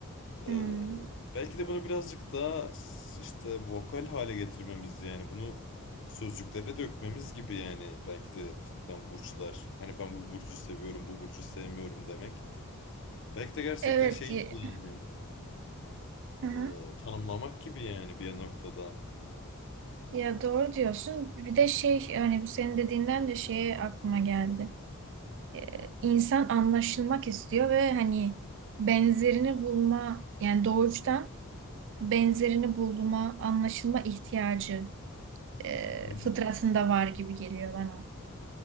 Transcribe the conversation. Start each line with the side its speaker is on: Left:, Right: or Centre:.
Left: Ee,
Right: Hmm.
Left: belki de bunu birazcık daha s- işte vokal hale getirmemiz yani bunu sözcüklere dökmemiz gibi yani belki de cidden burçlar hani ben bu burcu seviyorum bu burcu sevmiyorum demek belki de gerçekten
Right: Evet.
Left: şey
Right: y-
Left: gibi yani
Right: Hı hı.
Left: e, tanımlamak gibi yani bir noktada.
Right: Ya doğru diyorsun. Bir de şey yani senin dediğinden de şeye aklıma geldi. Ee, insan anlaşılmak istiyor ve hani benzerini bulma yani doğuştan benzerini bulma, anlaşılma ihtiyacı e,
Left: Hı hı.
Right: fıtratında var gibi geliyor bana.